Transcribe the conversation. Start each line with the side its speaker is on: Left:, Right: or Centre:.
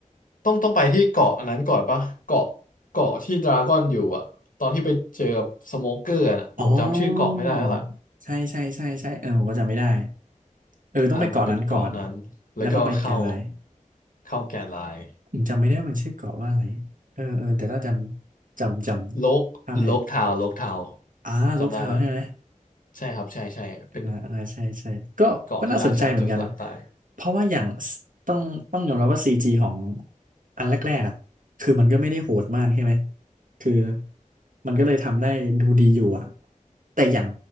Left: ต้องต้องไปที่เกาะอันนั้นก่อนปะเกาะเกาะที่ดราก้อนอยู่อะตอนที่ไปเจอกับสโมเกอร์นะผมจำชื่อเกาะไม่ได้แล้วล่ะ
Right: อ๋อใช่ใช่ใช่ใช่เออผมก็จำไม่ได้เออต้องไปเกาะนั้นก่อน
Left: อ่าเหมือนเป็นเกาะนั้นแล้วก็เข้า
Right: แล้วก็ไปแกรน์ไลน์
Left: เข้าแกนไลน์
Right: ผมจำไม่ได้มันชื่อเกาะว่าอะไรเออเออแต่ก็จำจำจำภาพได้อยู่
Left: โลกโลกทาวน์โลกทาวน์
Right: อ่าลกทาวน์ใช่ไหม
Left: จำได้แล้วใช่ครับใช่ใช่เป็น
Right: อ่าอ่าใช่ใช่ก็ก็น่าสนใจเหมือนกันนะ
Left: เกาะที่ราชาโจรสลัดตาย
Right: เพราะว่าอย่างสต้องต้องยอมรับว่าซีจีของอันแรกๆอะคือมันก็ไม่ได้โหดมากใช่ไหมคือมันก็เลยทำได้ดูดีอยู่อะแต่อย่าง